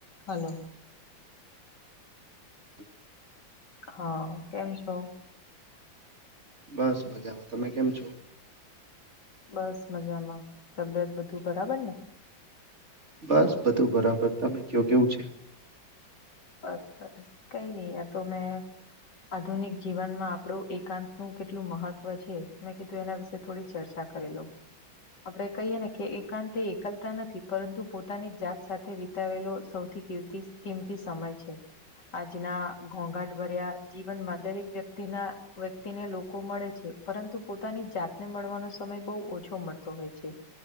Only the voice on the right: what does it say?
<inaudible>
બસ મજામાં. તમે કેમ છો?
બસ બધું બરાબર, તમે ક્યો કેવું છે?